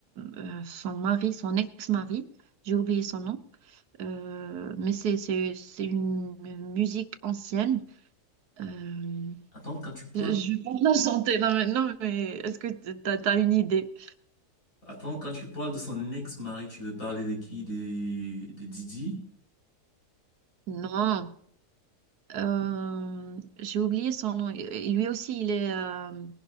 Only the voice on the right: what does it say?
euh, son mari, son ex-mari? J'ai oublié son nom. Euh, mais c'est, c'est, c'est une musique ancienne. Euh,
Je, je vais pas la chanter là maintenant, mais est-ce que t- t'as, t'as une idée?
Non. Euh, j'ai oublié son nom. et Lui aussi, il est, euh,